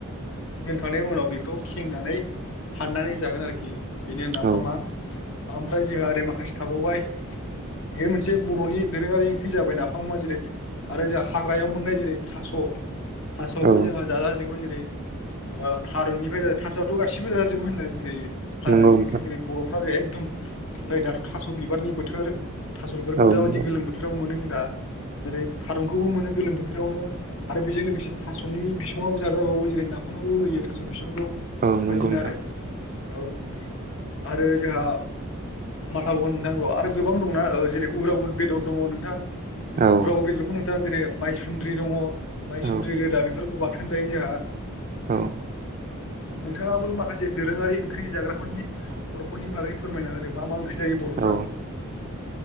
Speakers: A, on the left (about 65°); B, on the right (about 35°).
A: दोनखांनायनि उनाव बेखौ खेंनानै हाननानै जागोन आरोखि बेनो नाफामा।
B: औ औ
A: ओमफ्राय जोंहा ओरै माखासे थाबावबाय बेयो मोनसे बर'नि दोरोङारि ओंख्रि जाबाय नाफामा जेरै आरो जोंहा हाग्रायाव मोननाय जेरै थास' थास'आवबो
B: औ
A: जोंहा जाजाजोंबो जेरै ओ थारुननिफ्राय थास'आथ' गासिबो जाजाजोबो होनानै बुंजायो हाग्रानि
B: नंगौ नोंथां
A: ओंख्रि जेरै बर'फ्रा एकदम थांनाय दाथ' थास' बिबारनि बोथोर थास' बिबारखौ
B: औ
A: दाबायदि
B: नंगौ
A: गोलोम बोथोराव मोनो जोंहा। जेरै थारुनखौबो मोनो गोलोम बोथोरावनो आरो बेजों लोगोसे थास'नि बिसङाबबो जाजाबावो जेरै ना फामाव होयो थास' बिसंखौ बेबायदिनो
B: औ नंगौ नोंथां
A: आरो ओ आरो जोंहा माथाबावगोन नोंथां र' आरो गोबां दंना जेरै उरावद बेदर दङ नोंथां।
B: औ
A: उराग बेदरखौ नोंथाङा जेरै मायसुन्द्रि दङ माइसुन्द्रि
B: औ
A: रोदा बेफोरखौ बाथो नजायो जोंहा
B: औ
A: नोंथाङाबो माखासे दोरोङारि ओंख्रि जाग्रा नि बर'फोरनि बागै फोरमायना होदों मा मा ओं ख्रि जायो बर'फ्रा?
B: औ